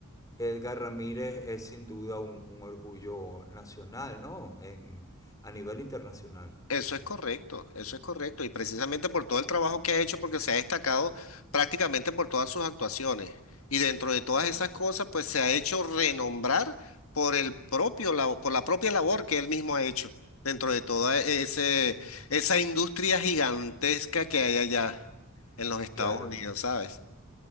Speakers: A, on the left; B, on the left.
A: Edgar Ramírez es sin duda un, un orgullo nacional, ¿no? En, a nivel internacional.
B: Eso es correcto, eso es correcto. Y precisamente por todo el trabajo que ha hecho, porque se ha destacado prácticamente por todas sus actuaciones. Y dentro de todas
A: Es,
B: esas cosas, pues se ha hecho renombrar por el propio, labo- por la propia labor que él mismo ha hecho dentro de toda ese, esa industria gigantesca que hay allá en los Estados
A: claro.
B: Unidos, ¿sabes?